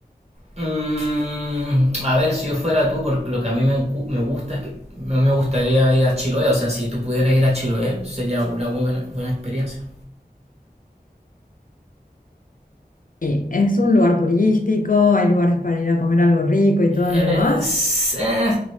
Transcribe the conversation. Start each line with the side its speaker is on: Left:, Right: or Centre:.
Right: Mm, a ver, si yo fuera tú, porque lo que a mí me, encu- me gusta es que a mí me gustaría ir a Chiloé, o sea, si tú pudieras ir a Chiloé, sería una muy buena, buena experiencia.
Left: Sí, es un lugar turístico, hay lugares para ir a comer algo rico y todo
Right: Eh,
Left: lo demás.
Right: s- eh,